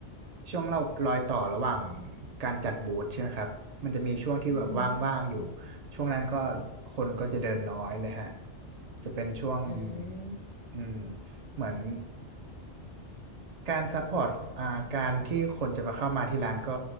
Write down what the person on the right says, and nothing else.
ช่วงเรารอยต่อระหว่างการจัดบูธใช่ไหมครับมันจะมีช่วงที่แบบว่างๆอยู่
ช่วงนั้นก็คนก็จะเดินน้อยเลยฮะจะเป็นช่วง
อืมเหมือนการซัพพอร์ตอ่าการที่คนจะมาเข้ามาที่ร้านก็